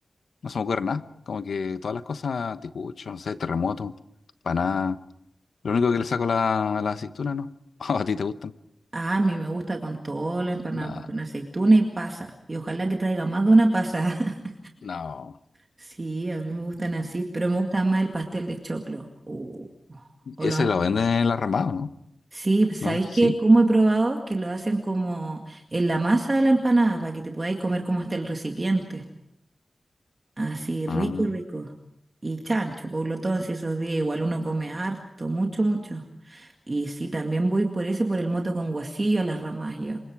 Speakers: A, on the left; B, on the right.
A: no se me ocurre nada. Como que todas las cosas, ticucho, no sé, terremoto, nada. Lo único que le saco la, la aceituna, ¿no? <laughs> ¿A ti te gustan?
B: Ah, a mí me gusta con todo, la empanada,
A: Nada,
B: pues con aceituna y pasa. Y ojalá que traiga más de una pasa. <laughs>
A: no.
B: Sí, a mí me gustan así, pero me gusta más el pastel de choclo. Uh, o
A: Ese
B: lo antiguo.
A: lo venden en el armado, ¿no?
B: Sí, pues, ¿sabéis
A: ¿No? Sí.
B: que cómo he probado? Que lo hacen como en la masa de la empanada para que te podáis comer como hasta el recipiente. Así, rico,
A: Ah,
B: rico. Y chancho, Pablo todo si esos días igual uno come harto, mucho, mucho. Y sí, también voy por eso, por el moto con guasillo a las ramas yo.